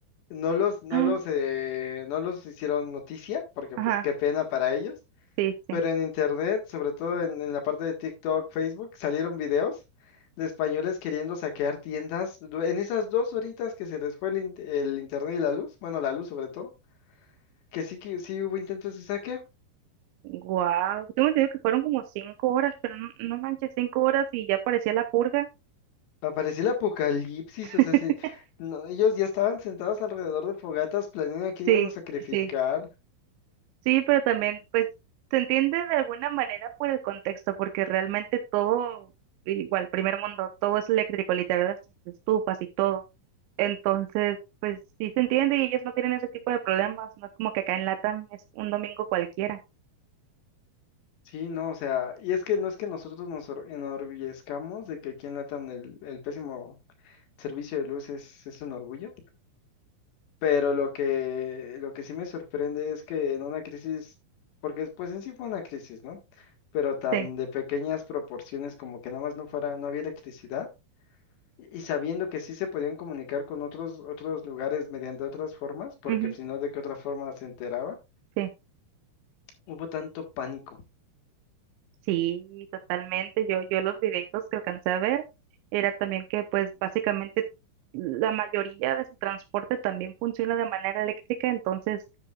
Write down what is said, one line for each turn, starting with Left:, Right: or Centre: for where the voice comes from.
Left: No los, no
Right: Ah,
Left: los, eh, no los hicieron noticia, porque
Right: Ajá,
Left: pues qué pena para ellos.
Right: sí, sí.
Left: Pero en internet, sobre todo en, en la parte de TikTok, Facebook, salieron videos de españoles queriendo saquear tiendas du- en esas dos horitas que se les fue el, in- el internet y la luz, bueno, la luz sobre todo. que sí que sí hubo intentos de saqueo.
Right: Wow, tengo entendido que fueron como cinco horas, pero no, no manches, cinco horas y ya parecía la purga.
Left: Apareció el apocalipsis,
Right: <laughs>
Left: o sea, se- no, ellos ya estaban sentados alrededor de fogatas planeando a quién
Right: Sí,
Left: iban a sacrificar.
Right: sí, sí, sí, pero también, pues, se entiende de alguna manera por el contexto, porque realmente todo, igual, primer mundo, todo es eléctrico, literal, las estufas y todo. Entonces, pues, sí se entiende y ellos no tienen ese tipo de problemas, no es como que acá en Latam es un domingo cualquiera.
Left: Sí, no, o sea, y es que no es que nosotros nos or- enorgullezcamos de que aquí en LATAM el, el pésimo servicio de luz es, es un orgullo, pero lo que, lo que sí me sorprende es que en una crisis, porque pues en sí fue una crisis, ¿no? Pero tan
Right: Sí,
Left: de pequeñas proporciones como que nada más no fuera, no había electricidad. Y sabiendo que sí se podían comunicar con otros, otros lugares mediante otras formas, porque
Right: ujú,
Left: si no, ¿de qué otra forma se enteraba?
Right: sí.
Left: Hubo tanto pánico.
Right: Sí, totalmente. Yo, yo los videitos que alcancé a ver era también que pues básicamente la mayoría de su transporte también funciona de manera eléctrica, entonces